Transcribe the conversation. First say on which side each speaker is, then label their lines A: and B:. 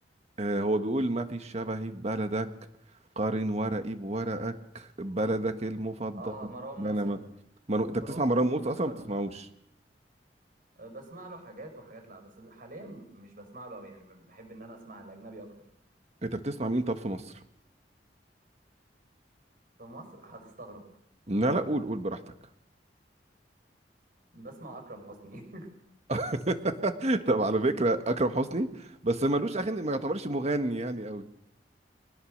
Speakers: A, on the right; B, on the right.
A: آه هو بيقول مفيش شبهي في بلدك قارن ورقي بورقك بلدك المفضله
B: اه مروان
A: ما
B: موسى
A: انا ما, ما أنا... انت
B: مروان
A: بتسمع
B: موسى
A: مروان موسى
B: افتكرت
A: اصلا ما بتسمعوش
B: آه، بسمع له حاجات وحاجات لا بس حاليا مش بسمع له قوي يعني بحب ان انا اسمع الاجنبي اكتر
A: انت بتسمع مين طب في مصر
B: في مصر هتستغرب
A: لا لا قول قول براحتك
B: بسمع اكرم حسني <laughs>
A: <laughs> طب على فكره اكرم حسني بس ملوش اغاني ما يعتبرش مغني يعني قوي